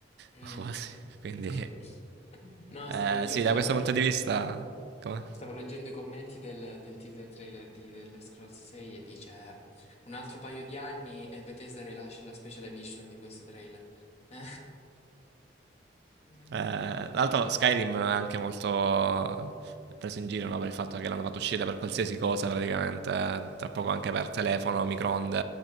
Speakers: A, on the left (about 35°); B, on the right (about 60°).
A: mm.
B: O Quasi. Quindi,
A: <laughs> No,
B: eh,
A: stavo leggendo,
B: sì, da questo punto di vista, com'è?
A: stavo leggendo i commenti del, del teaser trailer di The Elder Scrolls 6 e dice un altro paio di anni e Bethesda rilascia la special edition di questo trailer. Eh. <laughs>
B: Eh, tra l'altro Skyrim è anche molto preso in giro, no, per il fatto che l'hanno fatto uscire per qualsiasi cosa praticamente, eh, tra poco anche per telefono, microonde,